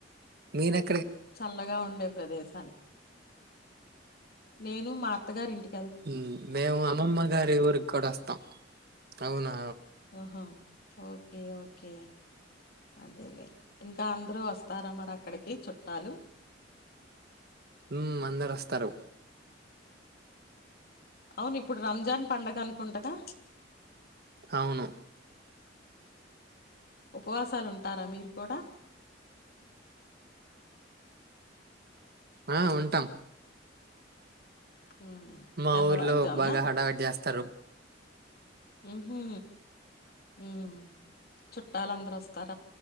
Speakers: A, on the right (about 55°); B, on the left (about 55°).
A: నేనై
B: చల్లగా ఉండే ప్రదేశానికి నేను మా అత్తగారి ఇంటి
A: ఉమ్ అమ్మమ్మ గారి ఊరిక్కూడా అస్తాం అవునా?
B: ఆహా ఓకే ఓకే అదేలే ఇంకా అందరూ వస్తారా మరి అక్కడికి చుట్టాలు. <inaudible>
A: ఉమ్ అందరు వస్తరు.
B: అవును ఇప్పుడు రంజాన్ పండగ అనుకుంటగా
A: అవును
B: ఉపవాసాలుంటారా మీరు కూడా <inaudible>
A: ఆ ఉంటాం.
B: ఉమ్
A: మా
B: తెల్లవారు
A: ఊర్లో
B: జామున
A: బాగా హడావిడి చేస్తారు
B: ఊహు ఉమ్ చుట్టాలు అందరు వస్తార్